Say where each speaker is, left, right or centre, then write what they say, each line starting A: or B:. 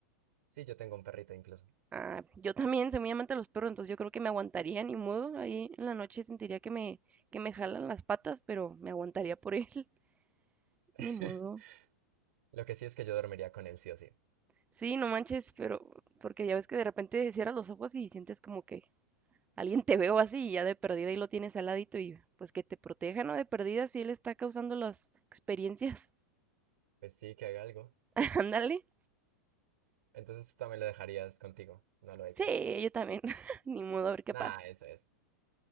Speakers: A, on the right (about 70°); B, on the right (about 15°).
A: Sí, yo tengo un perrito incluso.
B: Ah, yo también soy muy amante de los perros, entonces yo creo que me aguantaría ni modo. Ahí en la noche sentiría que me, que me jalan las patas, pero me aguantaría por él. <laughs>
A: <laughs>
B: Ni modo.
A: Lo que sí es que yo dormiría con él, sí o sí.
B: Sí, no manches, pero porque ya ves que de repente cierras los ojos y sientes como que Alguien te veo así y ya de perdida y lo tienes al ladito y pues que te proteja, ¿no? De perdida si él está causando las experiencias.
A: Pues sí, que haga algo.
B: <laughs> Ándale.
A: Entonces también lo dejarías contigo, no lo echas.
B: Sí, yo también. <laughs> Ni modo, a ver qué
A: Nada,
B: pasa.
A: eso es.